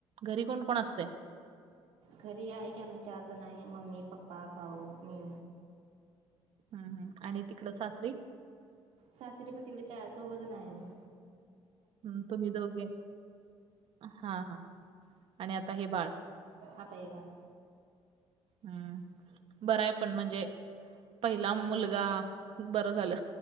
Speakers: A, on the right (about 60°); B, on the right (about 80°).
A: घरी कोण कोण असते.
B: घरी आहे की, आम्ही चार जण आहे. मम्मी पप्पा भाऊ मी.
A: हम्म हम् आणि तिकड सासरी.
B: सासरी पण तिकडे चार चौघ जण आहे आमी.
A: हम्म. तुम्ही दोघे. हा हा आणि आता हे बाळ.
B: आता हे बाळ.
A: हम्म. बरंय पण म्हणजे,. पहिला मुलगा. बरं झालं.